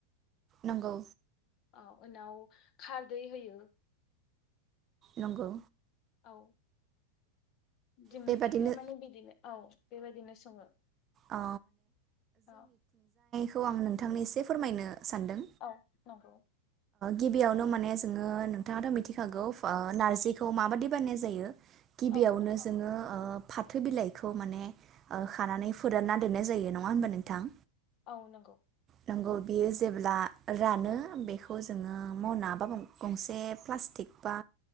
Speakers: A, on the left; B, on the right.
A: <inaudible>
B: नंगौ
A: ओ उनाव खारदै होयो
B: नंगौ
A: औ जोंनिथिंजाय
B: बेबादिनो
A: माने बिदिनो औ बेबायाददिनो सङो
B: औ
A: औ
B: खौ आं नों नोंथांनो एसे फोरमायनो सानदों
A: औ नंगौ
B: गिबियावनो माने जोङो नोंथाङाथ' मिथिखागौ नारजिखौ माबादि बानायनाय जायो गिबियावनो
A: औ नंगौ
B: जोङो ओ फाथो बिलाइखौ माने खानानै फोरानना दोननाय जायो नङा होनबा नोंथां?
A: औ नंगौ
B: नंगौ बियो जेब्ला रानो बेखौ जोङो मावना बा गंसे प्लास्टिक बा